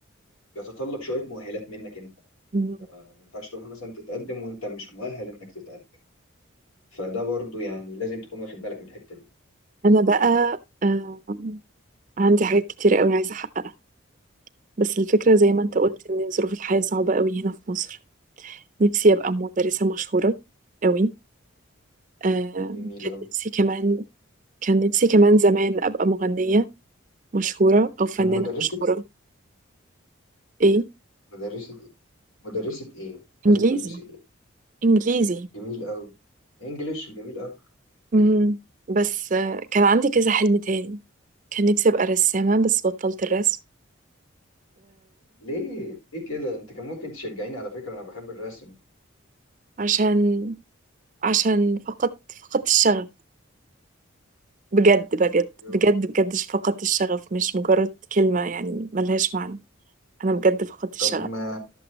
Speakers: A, on the left; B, on the right.
A: بيتطلب شويه مؤهلات منك انت
B: مم.
A: ما ينفعش تروح مثلا تتقدم وانت مش مؤهل انك تتقدم فده برضو يعني لازم تكون واخد بالك من الحته دي
B: انا بقى آه عندي حاجات كتير قوي عايزه احققها بس الفكره زي ما
A: امم
B: انت قلت ان ظروف الحياه صعبه قوي هنا في مصر نفسي ابقى مدرسه مشهوره قوي آه
A: جميل
B: كان
A: قوي
B: نفسي كمان كان نفسي كمان زمان ابقى مغنيه مشهوره او فنانه
A: طب مدرسه
B: مشهوره ايه
A: مدرسه ايه مدرسه ايه عايزه
B: انجليزي
A: تدرسي ايه
B: انجليزي
A: جميل قوي انجليش جميل قوي
B: مم. بس آه كان عندي كذا حلم تاني كان نفسي ابقى رسامه بس بطلت الرسم
A: ليه ليه كده انت كان ممكن تشجعيني على فكره انا بحب الرسم
B: وعشان عشان فقدت فقدت الشغف بجد بجد
A: يو
B: بجد بجد فقدت الشغف مش مجرد كلمة يعني ملهاش معنى أنا بجد فقدت الشغف
A: طب ما